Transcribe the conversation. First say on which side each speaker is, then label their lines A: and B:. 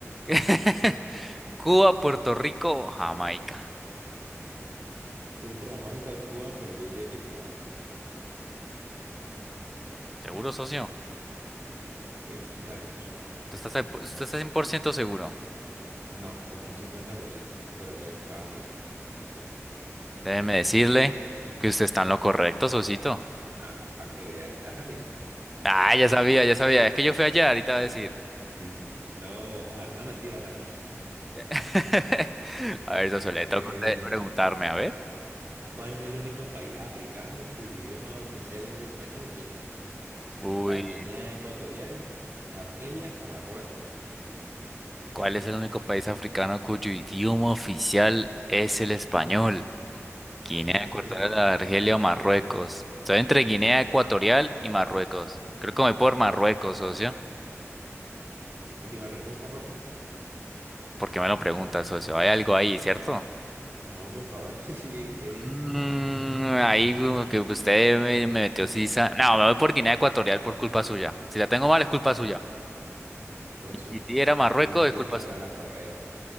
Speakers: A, in the centre; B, on the right (about 50°).
A: <laughs> Cuba, Puerto Rico o Jamaica.
B: Estoy entre Jamaica o Cuba, pero yo diría que Cuba.
A: ¿Seguro, socio?
B: Pues sí, se asoció.
A: ¿Tú estás, al- usted está 100% seguro?
B: No, como un cincuenta por ciento Pero pues, vámonos.
A: Déjeme decirle que usted está en lo correcto, Sosito.
B: Ah, para que veas, ya sabía.
A: Ah, ya sabía, ya sabía. Es que yo fui allá ahorita va a decir.
B: <laughs> No, ojalá, no mentira, ojalá. no. <laughs>
A: <laughs> A ver, Soso, le
B: Eh,
A: toca a usted
B: mira,
A: preguntarme,
B: socio,
A: a ver.
B: ¿Cuál es el único país africano cuyo idioma oficial es el español, socio?
A: Uy,
B: ¿La Guinea Ecuatorial, Argelia o Marruecos?
A: ¿cuál es el único país africano cuyo idioma oficial es el español? Guinea
B: Sí, se
A: Ecuatorial,
B: asoció.
A: Argelia o Marruecos. Estoy entre Guinea Ecuatorial y Marruecos. Creo que me voy por Marruecos, socio.
B: Última respuesta, papu.
A: ¿Por qué me lo pregunta, socio? Hay algo ahí, ¿cierto?
B: No, pues para ver <laughs> si elige
A: Mm,
B: esa.
A: ahí como que usted me, me metió sisa. No, me voy por Guinea Ecuatorial por culpa suya. Si la tengo mal es culpa suya.
B: Socio,
A: Y si sí era Marruecos
B: déjame decirle
A: es culpa
B: que
A: suya.
B: era la correcta.